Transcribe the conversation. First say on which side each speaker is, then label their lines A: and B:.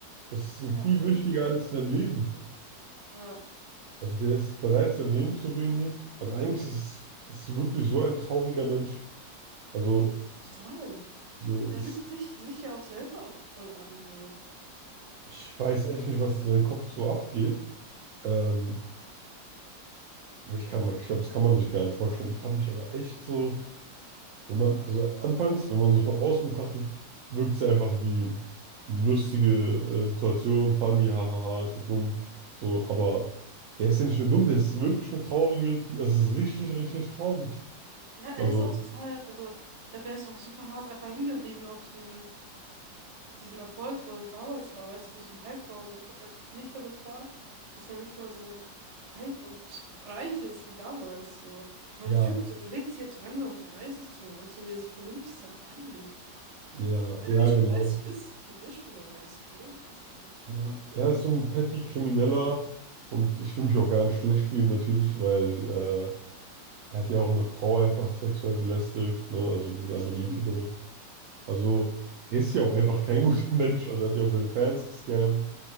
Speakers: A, on the right; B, on the right.
A: Das ist ihm
B: Ja,
A: viel
B: wirklich.
A: wichtiger als sein Leben.
B: ja,
A: Also der ist bereit, sein Leben zu ruinieren. Also eigentlich ist es ist wirklich so ein trauriger Mensch. Also
B: total.
A: so
B: Also er
A: ist,
B: lügt sich, sich ja auch selber voll an, so.
A: ich weiß echt nicht, was in seinem Kopf so abgeht. Ähm, ich kann, ich glaube, das kann man sich gar nicht vorstellen. Ich frage mich aber echt so, Wenn man, also anfangs, wenn man so von außen betrachtet, wirkt sie einfach wie eine lustige äh, Situation, funny, hahaha, ist der dumm, so, aber der ist ja nicht nur dumm, der ist wirklich eine traurige, Fi- also es ist richtig, richtig traurig.
B: Ja, er
A: Also,
B: ist auch total, also, ich glaube, er ist auch super hart einfach hingeblieben auf diesen diesen Erfolg, wo er so damals war, weißt du, wo es im Hype war und so. Ich glaube, der kommt nicht damit klar, dass er nicht mehr so Hype und reich ist wie damals. So. Ich meine,
A: ja,
B: der Typ, der bewegt sich jetzt so langsam auf die 30 zu, weißt du, wie er sich benimmt, ist halt peinlich.
A: ja,
B: Und wenn
A: ja,
B: er nicht
A: genau.
B: schon dreißig ist, ich glaube, der ist schon über 30, oder? Ich weiß gar nicht.
A: Ja, er ist so ein petty Krimineller und ich fühle mich auch gar nicht schlecht für ihn natürlich, weil äh, er hat ja auch eine Frau einfach sexuell belästigt, ne? Also diese andere
B: Stimmt.
A: YouTuberin. Also,
B: Ja, <laughs>
A: er ist ja auch einfach kein <laughs> guter Mensch. Also, er hat ja auch seine Fans gescammt